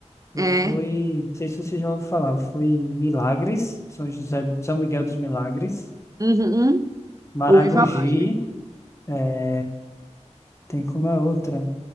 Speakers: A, on the left; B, on the right.
A: Eu
B: É.
A: fui. Não sei se você já ouviu falar. Eu fui em Milagres, São José, São Miguel dos Milagres,
B: Uhum, uhum.
A: Maragogi.
B: Ouvi falar, gente.
A: é, Tem como é outra.